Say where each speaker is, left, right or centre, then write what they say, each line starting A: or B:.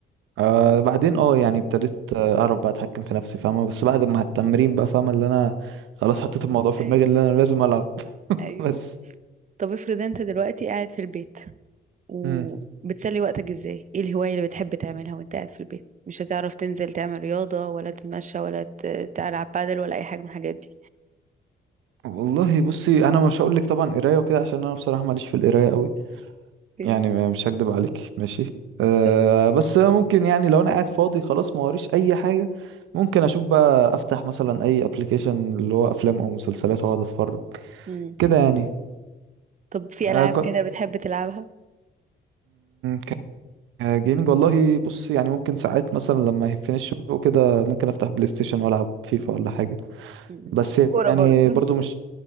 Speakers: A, on the right; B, on the right.
A: آه بعدين اه يعني ابتديت آه،
B: مم.
A: اعرف بقى اتحكم في نفسي فاهمه بس بعد ما التمرين بقى فاهمه اللي انا خلاص حطيت الموضوع في
B: ايوه
A: دماغي اللي انا لازم العب <laughs>
B: ايوه
A: بس
B: طب افرض انت دلوقتي قاعد في البيت وبتسلي
A: مم.
B: وقتك ازاي ايه الهواية اللي بتحب تعملها وانت قاعد في البيت مش هتعرف تنزل تعمل رياضة ولا تتمشى ولا ت- تلعب بادل ولا اي حاجة من الحاجات دي
A: والله بصي انا مش هقول لك طبعا قرايه وكده عشان انا بصراحه ماليش في القرايه قوي
B: <laughs>
A: يعني مش هكدب عليك ماشي أه
B: اوكي. مم.
A: بس ممكن يعني لو انا قاعد فاضي خلاص ما وريش اي حاجه ممكن اشوف بقى افتح مثلا اي ابلكيشن اللي هو افلام او مسلسلات واقعد اتفرج
B: مم.
A: كده يعني
B: طب في
A: أه
B: ألعاب كده بتحب تلعبها
A: كنت آه، جيمنج والله بص يعني ممكن ساعات مثلا لما يهفني الشغل كده ممكن افتح بلاي ستيشن والعب فيفا ولا حاجه
B: مم.
A: بس
B: كورة
A: يعني
B: برضه
A: برضو مش